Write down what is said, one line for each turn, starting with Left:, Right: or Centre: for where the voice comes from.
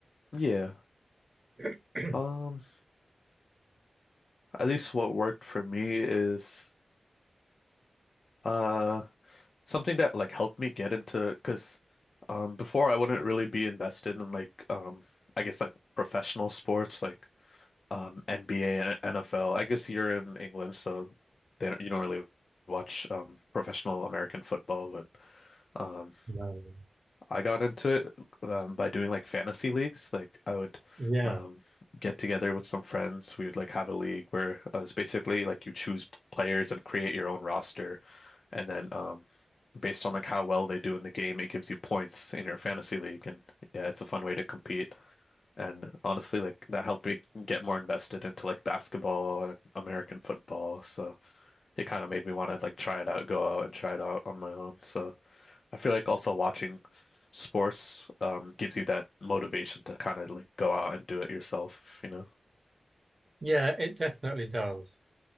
Left: yeah.
Right: <clears throat>
Left: Um, at least what worked for me is uh something that like helped me get into because um before I wouldn't really be invested in like um I guess like professional sports like um NBA and NFL. I guess you're in England, so they don't, you don't really watch um professional American football, but um
Right: No.
Left: I got into it um, by doing like fantasy leagues. Like I would
Right: Yeah.
Left: um get together with some friends. We would like have a league where uh, it's basically like you choose players and create your own roster. And then um based on like how well they do in the game, it gives you points in your fantasy league. And yeah, it's a fun way to compete. And honestly, like that helped me get more invested into like basketball and American football. So it kind of made me want to like try it out, go out and try it out on my own. So I feel like also watching sports um gives you that motivation to kind of like go out and do it yourself, you know?
Right: Yeah, it definitely does.